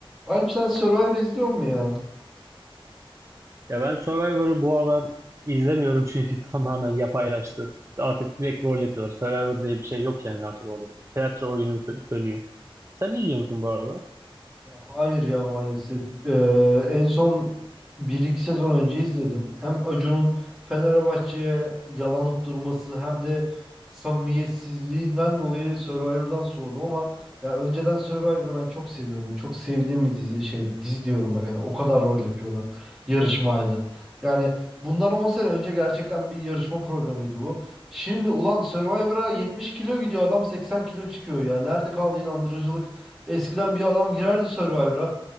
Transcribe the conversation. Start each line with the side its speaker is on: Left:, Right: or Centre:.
Centre: Alp sen Survivor izliyor mu ya?
Right: Ya ben Survivor'ı bu aralar izlemiyorum çünkü <laughs> tamamen yapaylaştı. Artık direkt rol yapıyorlar. Survivor diye bir şey yok yani artık orada. Tiyatro oyunu sö- dönüyor. Sen ne izliyor musun bu aralar?
Centre: Ya hayır ya maalesef. Ee, en son bir iki sezon önce izledim. Hem Acun'un Fenerbahçe'ye yalanıp durması hem de samimiyetsizliğinden dolayı Survivor'dan soğudum ama ya önceden Survivor'ı ben çok seviyordum. Çok sevdiğim bir dizi şeydi. Dizi diyorum bak hani o kadar rol yapıyorlar. Yarışmaydı. Yani bundan 10 sene önce gerçekten bir yarışma programıydı bu. Şimdi ulan Survivor'a 70 kilo gidiyor adam 80 kilo çıkıyor ya. Nerede kaldı inandırıcılık? Eskiden bir adam girerdi Survivor'a.